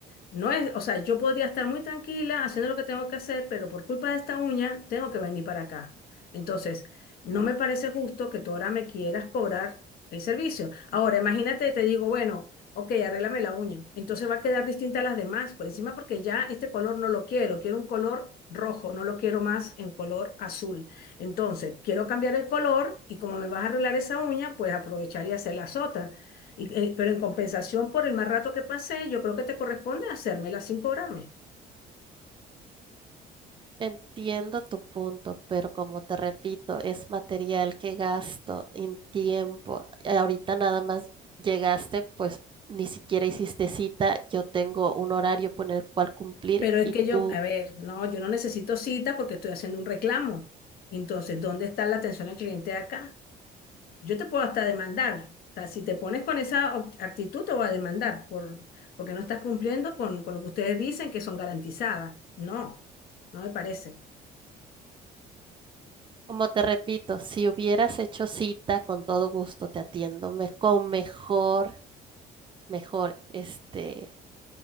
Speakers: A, on the left; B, on the right.
A: No es, o sea, yo podría estar muy tranquila haciendo lo que tengo que hacer, pero por culpa de esta uña tengo que venir para acá. Entonces, no me parece justo que tú ahora me quieras cobrar el servicio. Ahora, imagínate, te digo, bueno, ok, arréglame la uña. Entonces va a quedar distinta a las demás, por encima porque ya este color no lo quiero, quiero un color rojo, no lo quiero más en color azul. Entonces, quiero cambiar el color y como me vas a arreglar esa uña, pues aprovechar y hacer las otras. Y, eh, pero en compensación por el mal rato que pasé, yo creo que te corresponde hacérmela sin cobrarme.
B: Entiendo tu punto, pero como te repito, es material que gasto en tiempo. Ahorita nada más llegaste, pues ni siquiera hiciste cita, yo tengo un horario por el cual cumplir
A: Pero es
B: y
A: que yo,
B: tú
A: a ver, no, yo no necesito cita porque estoy haciendo un reclamo. Entonces, ¿dónde está la atención al cliente acá? Yo te puedo hasta demandar. O sea, si te pones con esa oc- actitud, te voy a demandar por, porque no estás cumpliendo con, con lo que ustedes dicen que son garantizadas. No, no me parece.
B: Como te repito, si hubieras hecho cita, con todo gusto te atiendo me- con mejor, mejor, este,